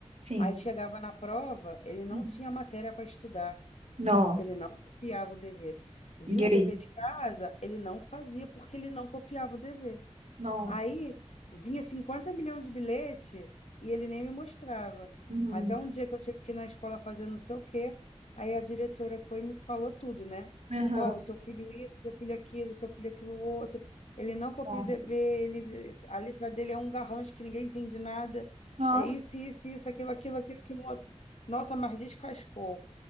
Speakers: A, on the right; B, on the left.
A: sim.
B: Aí chegava na prova, ele não
A: Uhum.
B: tinha matéria para estudar,
A: Nossa,
B: porque ele não copiava o dever. Vinha
A: e aí?
B: dever de casa, ele não fazia porque ele não copiava o dever.
A: Nossa.
B: Aí vinha 50 milhões de bilhete e ele nem me mostrava.
A: Uhum,
B: Até um dia que eu tive que ir na escola fazer não sei o quê, aí a diretora foi e me falou tudo, né?
A: aham,
B: Ó, o seu filho isso, seu filho aquilo, seu filho aquilo outro. Ele não copia
A: nossa.
B: o dever, ele, a letra dele é um garrancho que ninguém entende nada.
A: Nossa.
B: É isso, isso, isso, aquilo, aquilo, aquilo, aquilo outro. Nossa, mas descascou.